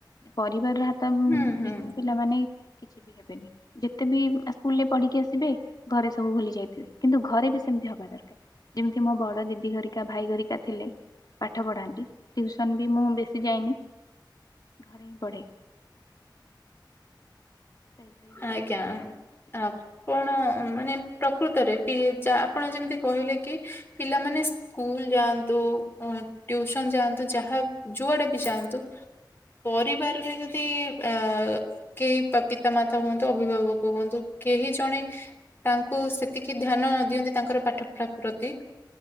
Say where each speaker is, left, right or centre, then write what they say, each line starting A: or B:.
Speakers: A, on the left (about 55°); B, on the left (about 25°).
A: ପରିବାରର ହାତ
B: ହୁଁ ହୁଁ
A: ବିନା ପିଲାମାନେ କିଛି ବି ହେବେନି। ଯେତେ ବି ସ୍କୁଲ ରେ ପଢିକି ଆସିବେ ଘରେ ସବୁ ଭୁଲି ଯାଇଥିବେ କିନ୍ତୁ ଘରେ ବି ସେମତି ହବା ଦରକାର। ଯେମିତି ମୋ ବଡ ଦିଦି ଘରିକା ଭାଇ ଘରିକା ଥିଲେ। ପାଠ ପଢ଼ାନ୍ତି ଟ୍ୟୁସନ୍ ବି ମୁଁ ବେଶୀ ଯାଇନି ଘରେ ହିଁ ପଢ଼େ। ସେଇଭଳି କିଛି
B: ଆଜ୍ଞା।
A: ହଁ
B: ଆ କଣ ମାନେ ପ୍ରକୃତରେ ଆପଣ ଯେମିତି କହିଲେ କି ପିଲାମାନେ ସ୍ ସ୍କୁଲ ଯାଆନ୍ତୁ ଅ ଟ୍ୟୁସନ ଯାଆନ୍ତୁ ଯାହା ଯୁଆଡେ ବି ଯାଆନ୍ତୁ ପରିବାରରେ ଯଦି ଆ କେହି ପତି ତ ମା ହୁଅନ୍ତୁ ଅଭିଭାବକ ହୁଅନ୍ତୁ କେହି ଜଣେ ତାଙ୍କୁ ସେତିକି ଧ୍ୟାନ ନ ଦିଅନ୍ତି ତାଙ୍କର ପାଠପଢ଼ା ପ୍ରତି।